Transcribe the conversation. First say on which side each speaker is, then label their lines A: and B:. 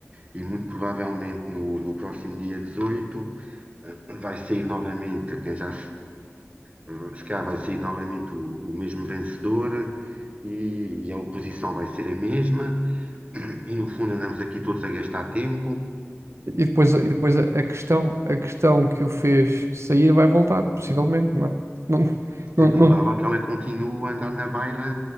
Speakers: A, on the right; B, on the right.
A: e muito provavelmente no, no próximo dia dezoito eh, vai sair novamente quem já, Hum, Se calhar vai ser novamente o, o mesmo vencedor e, e a oposição vai ser a mesma. <clears throat> E no fundo andamos aqui todos a gastar tempo.
B: E depois, e depois a, a questão, a questão que o fez sair vai voltar, possivelmente, não é? Não, não,
A: É provável
B: não,
A: que ela continue a andar na baila